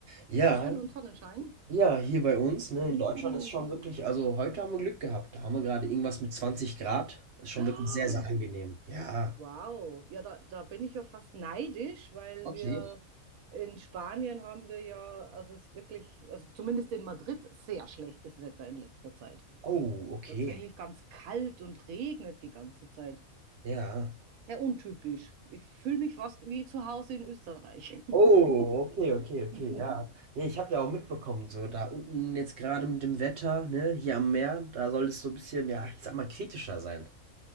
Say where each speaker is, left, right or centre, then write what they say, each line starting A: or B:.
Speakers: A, on the right (about 55°); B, on the right (about 80°).
A: Ja,
B: Ist schön und Sonnenschein?
A: ja, hier bei uns, ne,
B: Mm.
A: in Deutschland ist schon wirklich,
B: <gasps>
A: also heute haben wir Glück gehabt. Da haben wir gerade irgendwas mit 20 Grad. Ist schon
B: Oh,
A: wirklich sehr, sehr angenehm. Ja.
B: Wow, ja, da, da bin ich ja fast neidisch, weil
A: Okay.
B: wir in Spanien haben wir ja, also es ist wirklich, also zumindest in Madrid, sehr schlechtes Wetter in letzter Zeit.
A: Oh,
B: Es ist
A: okay.
B: tatsächlich ganz kalt und regnet die ganze Zeit.
A: Ja.
B: Sehr untypisch. Ich fühle mich fast wie zu Hause in Österreich.
A: Oh, okay, okay, okay,
B: <laughs>
A: ja. Nee, ich habe ja auch mitbekommen, so da unten jetzt gerade mit dem Wetter, ne, hier am Meer, da soll es so ein bisschen, ja, ich sag mal, kritischer sein.